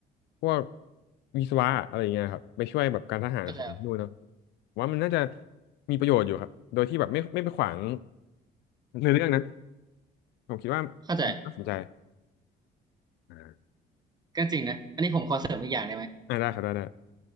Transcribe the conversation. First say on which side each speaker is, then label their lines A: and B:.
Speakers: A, on the left; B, on the right.
A: พวกวิศวะอะไรอย่างเงี้ยครับไปช่วยแบบการทหารของที่นู่นเนาะ
B: เข้าใจครับ
A: ผมว่ามันน่าจะมีประโยชน์อยู่ครับโดยที่แบบไม่ไม่ไปขวางในอเรื่องนะ ผมคิดว่า
B: เข้าใจ
A: น่าสนใจอ่า
B: ก็จริงนะอันนี้ผมขอเสริมอีกอย่างได้ไหม
A: อ่าได้ครับได้ได้